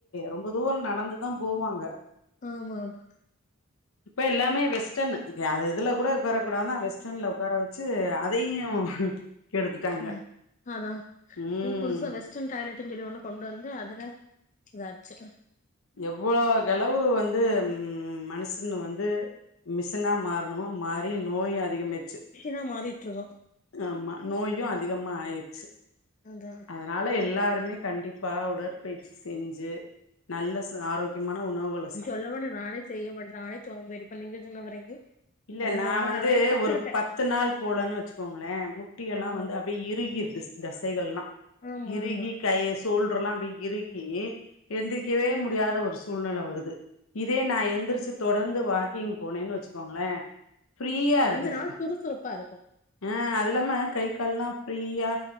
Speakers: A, on the left; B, on the left.
A: ரொம்ப தூரோ நடந்துதா போவாங்க
B: ஆமாமா
A: இப்ப ஏல்லாமே வெஸ்டர்னு அ இதுல கூட உக்கார கூடாதுன்னு வெஸ்டர்ன்ல உக்கார வெச்சு அதையு கெடுத்துட்டாங்க
B: அ அதா
A: ம்
B: இப்ப புதுசா வெ ஸ்டர்ன் டாய்லெட்டுனு சொல்லி ஒண்ணு கொண்டு வந்து அதுல இதாச்சு
A: எவ்ளோ கெளவு வந்து ம் மனுசுன வந்து மிசி மாறணுமோ மாறி நோய் அதிகமாய்ச்சு
B: னா மாறிட்டுட்ருக்கோ
A: ஆமா நோயு அதிகமா ஆயிச்சு
B: அதா
A: அதனால எல்லாருமே கண்டிப்பா உடற்பயிற்சி செஞ்சு நல்ல ச ஆரோ க்கியமான உணவுகள்
B: சொல்லபோனா நானே செய்யமாட்ட நானே சோம்பேறி இப்ப நீங்க சொன்ன வரைக்கு
A: இல்ல
B: அதுலந்து
A: நா
B: ரொம்ப
A: வந்து
B: நெறைய கத்துக்கிட்டே
A: ஒரு பத்து நாள் போளன்னு வெச்சுக்கோங்ளே முட்டி யெல்லா
B: ஆ
A: வந்து அப்டியே இறுகிருது தசைகள்ல்லா
B: ஆமா
A: இறுகி
B: ஆமா
A: கய சோல்டர்றெல்லா அப்டியே இறுகி எந்திரிக்கவே முடியாத ஒரு சூழ்நில வருது இதே நா எந்திரிச்சு தொடர்ந்து வாக்கிங் போனேன்னு வெச்சுக்கோங்ளே ஃப்ரீயா இருக்குது
B: அந்த நாள் சுறுசுறுப்பா இருக்கு
A: அ அது இல்லாம கை கால்ல்லா ஃப்ரீயா